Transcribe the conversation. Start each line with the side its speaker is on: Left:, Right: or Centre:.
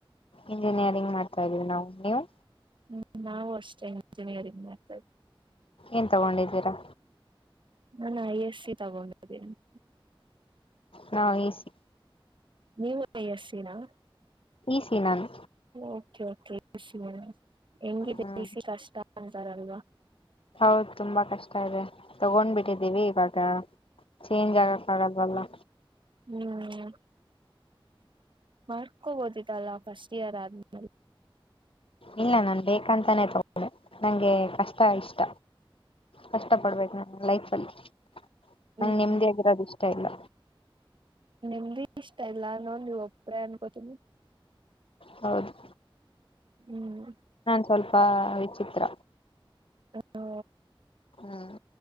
Left: ಇಂಜಿನಿಯರಿಂಗ್ ಮಾಡ್ತಾ ಇದೀವಿ ನಾವು ನೀವು.
Right: ಹ್ಮ್ ನಾವು ಅಷ್ಟೇ ಇಂಜಿನಿಯರಿಂಗ್ ಮಾಡ್ತಾ
Left: ಏನ್ ತಗೊಂಡಿದ್ದೀರಾ.
Right: ನಾನ್ ಐ ಎಸ್ ಸಿ ತಗೊಂಡಿದ್ದೀನಿ.
Left: ನಾ ಈಸಿ.
Right: ನೀವು ಇ ಯ ಸ್ಸಿ ನ.
Left: ಈ ಸಿ ನಾನು
Right: ಓಕೆ ಓಕೆ ಈ ಸಿ ನ ಎಂಗ್ ಇದೆ
Left: ಹ್ಮ್
Right: ಈ ಸಿ ಕಷ್ಟ <unintelligible>
Left: ಹೌದು ತುಂಬಾ ಕಷ್ಟ ಇದೆ ತಗೊಂಡ್ಬಿಟ್ಟಿದ್ದೀವಿ ಇವಾಗ. ಚೇಂಜ್ ಆಗಕ್ ಆಗಲ್ವಲ್ಲ
Right: ಹ್ಮ್ ಮಾಡ್ಕೋಬೋದಿತ್ತಲ್ಲ ಫಸ್ಟ್ ಇಯರ್ ಆದ್ಮೇಲೆ.
Left: ಇಲ್ಲ ನಾನ್ ಬೇಕಂತಾನೇ ತಗೊಂಡೆ ನಂಗೆ ಕಷ್ಟ ಇಷ್ಟ. ಕಷ್ಟ ಪಡ್ಬೇಕು ನನ್ ಲೈಫಲ್ಲಿ ಅಲ್ಲಿ
Right: ಹ್ಮ್
Left: ನಾನ್ ನೆಮ್ಮದಿಯಾಗಿರೋದು ಇಷ್ಟ ಇಲ್ಲ.
Right: ನಿಮ್ದಿ ಇಷ್ಟ ಇಲ್ಲ ಅನೋದ್ ನೀವು ಒಬ್ರೆ ಅನ್ಕೋತೀನಿ.
Left: ಹೌದು
Right: ಹ್ಮ್
Left: ನನ್ ಸ್ವಲ್ಪ ವಿಚಿತ್ರ.
Right: ಹೂ
Left: ಹ್ಮ್